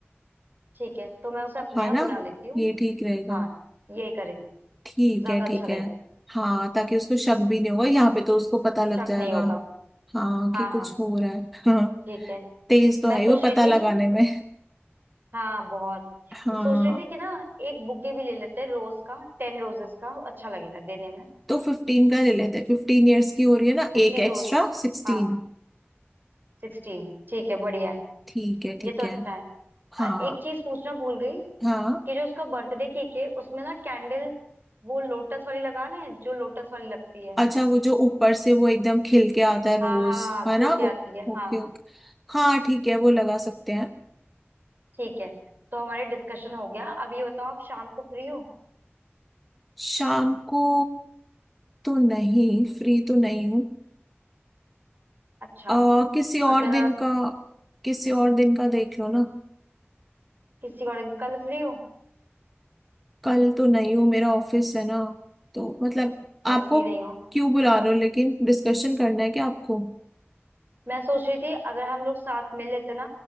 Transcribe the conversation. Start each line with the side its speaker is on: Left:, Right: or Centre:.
Right: ठीक है तो मैं उसे अपने
Centre: है
Right: यहाँ
Centre: ना
Right: बुला लेती हूँ
Centre: ये ठीक रहेगा
Right: हाँ यही करेंगे
Centre: ठीक
Right: ज्यादा
Centre: है ठीक
Right: अच्छा रहेगा
Centre: है हाँ ताकि उसको शक भी नहीं होगा यहाँ पे तो उसको पता लग
Right: शक
Centre: जाएगा
Right: नहीं होगा
Centre: हाँ
Right: हाँ
Centre: कि कुछ
Right: हाँ
Centre: हो रहा है <laughs> हाँ
Right: ठीक है
Centre: तेज तो
Right: मैं
Centre: है
Right: सोच
Centre: ही वो
Right: रही
Centre: पता
Right: थी
Centre: लगाने में
Right: हाँ हाँ, बहुत
Centre: हाँ
Right: सोच रही थी कि ना एक बुके भी ले लेते हैं रोज का टेन रोजेस का अच्छा लगेगा देने में
Centre: तो फिफ्टीन का ले लेते हैं फिफ्टीन ईयर्स की हो रही है ना
Right: फिफ्टीन
Centre: एक
Right: रोज
Centre: एक्स्ट्रा सिक्सटीन
Right: हाँ सिक्सटीन ठीक है बढ़िया है
Centre: ठीक है ठीक
Right: ये तो अच्छा
Centre: है
Right: है अ,
Centre: हाँ
Right: एक चीज पूछना भूल गई
Centre: हाँ
Right: कि जो उसका बर्थडे केक है उसमें ना कैंडल वो लोटस वाली लगा लें जो लोटस वाली लगती है
Centre: अच्छा वो जो ऊपर से वो एकदम खिल के आता है
Right: हाँ
Centre: रोज
Right: हाँ हाँ खिल
Centre: है ना
Right: के
Centre: ओ,
Right: आती है
Centre: ओके
Right: हाँ
Centre: ओके हाँ ठीक है वो लगा सकते हैं
Right: ठीक है तो हमारे डिस्कशन हो गया अब ये बताओ आप शाम को फ्री हो
Centre: शाम को तो नहीं फ्री तो नहीं हूँ
Right: अच्छा
Centre: आ किसी और
Right: अगर
Centre: दिन
Right: आप
Centre: का किसी और दिन का देख लो ना
Right: किसी और दिन कल फ्री हो
Centre: कल तो नहीं हूँ मेरा ऑफिस है ना तो मतलब
Right: कल
Centre: आपको
Right: फ्री नहीं हो
Centre: क्यों बुला रहे हो लेकिन डिस्कशन करना है क्या आपको
Right: मैं सोच रही थी अगर हम लोग साथ मिल लेते ना